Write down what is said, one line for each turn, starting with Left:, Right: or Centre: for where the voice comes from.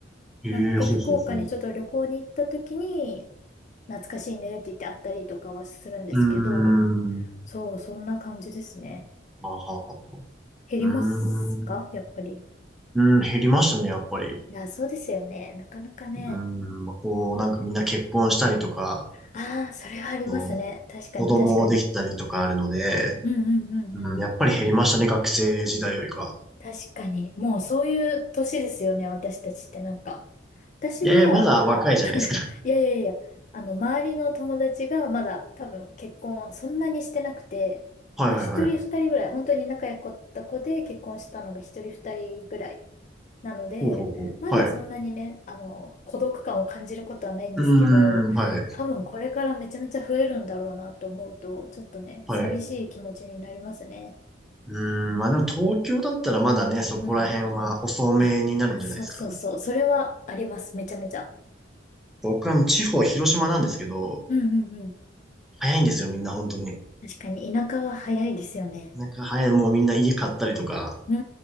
Centre: ええ、
Left: なので、
Centre: ほうほうほう。
Left: 福岡にちょっと旅行に行った時に、懐かしいねって言って会ったりとかはするんですけど、
Centre: うーん。
Left: そう、そんな感じですね。
Centre: あははは。
Left: 減りますかやっぱり。
Centre: うーん。うん、減りましたね、やっぱり。
Left: いや、そうですよね。なかなかね。
Centre: うーん、まあ、こう、なんかみんな結婚したりとか、
Left: ああ、それはありますね。
Centre: そう、
Left: 確かに、
Centre: 子供できたりとかあるので、
Left: 確かに。うんうんうんうん。
Centre: うん、やっぱり減りましたね、学生時代よりか。
Left: 確かに。もうそういう年ですよね、私たちってなんか。私は、
Centre: いやいや、まだ若いい。じゃないですか。
Left: いやいやいや、あの、周りの友達がまだ多分結婚そんなにしてなくて、
Centre: <laughs> はいはいはい。
Left: まあ、一人二人ぐらい、本当に仲良かった子で結婚したのが一人二人ぐらいなので、
Centre: ほうほうほう。
Left: まだそんなにね、
Centre: はい。う
Left: あの、孤独感を感じることはないんですけど、
Centre: ーん、はい、
Left: 多分これからめちゃめちゃ増えるんだろうなと思うと、ちょっとね、
Centre: はい。
Left: 寂しい気持ちになりますね。
Centre: うーん、まあでも東京だったらまだね、そこら辺は遅めになるんじゃないですか。
Left: うん。あ、そうそうそう、それはあります、めちゃめちゃ。
Centre: 僕は地方、広島なんですけど、
Left: うんうんうん。
Centre: 早いんですよ、みんな本当に。
Left: 確かに田舎は早いですよね。
Centre: なんか早い、もうみんな家買ったりとか、
Left: うー